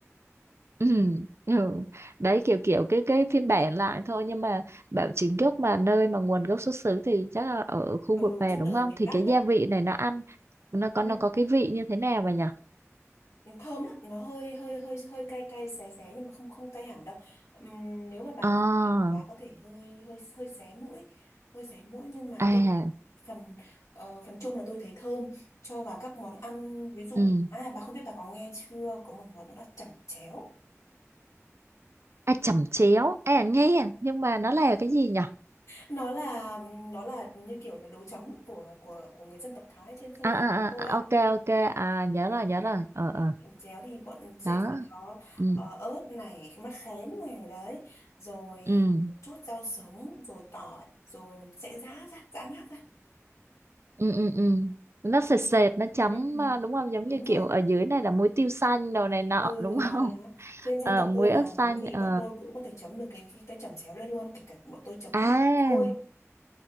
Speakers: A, on the right (about 55°); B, on the left (about 80°).
A: Ừ. Ừ. Đấy kiểu kiểu cái cái phiên bản lại thôi nhưng mà bảo chính gốc mà nơi mà nguồn gốc xuất xứ thì chắc là ở khu
B: ừ
A: vực về
B: chắc
A: đúng
B: là ở
A: không?
B: miền
A: Thì
B: Bắc
A: cái
B: đấy
A: gia vị này nó ăn nó có
B: ừ.
A: nó có cái vị như thế nào vậy nhỉ?
B: thơm lắm nó hơi hơi hơi hơi cay cay xé xé nhưng mà không không cay hẳn đâu Ừm, nếu mà bà
A: À,
B: ngửi nhiều quá có thể hơi hơi hơi xé mũi hơi xé mũi nhưng mà
A: à,
B: tôi phần ờ, phần chung là tôi thấy thơm cho vào các món ăn ví dụ
A: ừ.
B: à bà không biết bà có nghe chưa có một món nữa là chẩm chéo
A: À, chẩm chéo. À nghe nhưng mà nó là cái gì nhỉ?
B: nó là nó là như kiểu là đồ chấm của của của người dân tộc Thái trên Sơn
A: À,
B: La
A: à,
B: của tôi
A: à,
B: á
A: à, ok ok à
B: đó
A: nhớ rồi nhớ rồi. Ờ ờ.
B: làm chéo thì bọn sẽ
A: Đó.
B: có
A: Ừ
B: ờ, ớt này mắc khén này đấy rồi
A: ừ.
B: một chút rau sống rồi tỏi rồi sẽ giã ra giã nát ra
A: ừ ừ ừ nó sệt
B: ừ.
A: sệt nó chấm
B: Ừ.
A: à, đúng không giống
B: đúng
A: như
B: rồi
A: kiểu ở dưới này là muối tiêu xanh đồ này nọ
B: ừ
A: đúng
B: đó
A: không
B: đó
A: <laughs>
B: trên dân
A: Ờ,
B: tộc
A: muối
B: tôi là
A: ớt xanh
B: món gì
A: ờ
B: bọn tôi cũng có thể chấm được cái cái, cái chẩm chéo đây luôn kể cả bọn tôi chấm
A: à
B: thôi